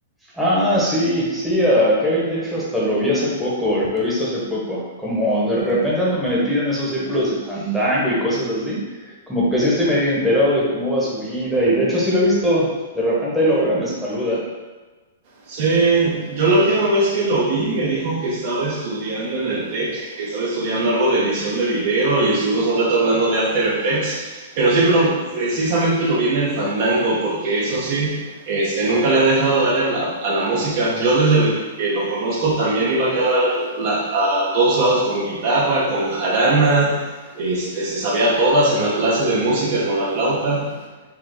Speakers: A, in the centre; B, on the right.
A: Ah, sí, sí, a Kevin de hecho hasta lo vi hace poco, lo he visto hace poco. Como de repente ando metido en esos círculos de fandango y cosas así, como que sí estoy medio enterado de cómo va su vida y de hecho sí lo he visto, de repente ahí lo veo y me saluda.
B: Sí, yo la última vez que lo vi me dijo que estaba estudiando en el TEC, que estaba estudiando algo de edición de video y estuvimos un rato hablando de After Effects, pero sí, pero precisamente lo vi en el Fandango, porque eso sí, este, nunca le ha dejado dar a la, a la música. Yo desde el que lo conozco también iba a quedar la- a todos lados con guitarra, con jarana, este, se sabía todas en la clase de música con la flauta,